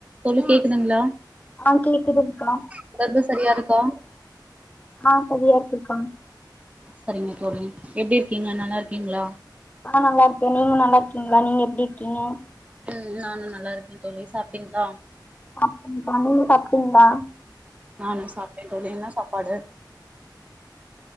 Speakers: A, on the right; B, on the left.
A: தோழி கேக்குதுங்களா
B: ஆ கேக்குதுங்க்கா
A: தொடர்பு சரியா இருக்கா
B: ஆ சரியா இருக்குக்கா
A: சரிங்க தோழி எப்டி இருக்கீங்க நல்லாருக்கீங்களா
B: நா நல்லா இருக்கே நீங்க நல்லா இருக்கீங்களா நீங்க எப்டி இருக்கீங்க
A: ம் நானு நல்லா இருக்கே தோழி சாப்டிங்களா
B: சாப்டேக்கா நீங்க சாப்டீங்களா
A: நானு சாப்ட்டே தோழி என்ன சாப்பாடு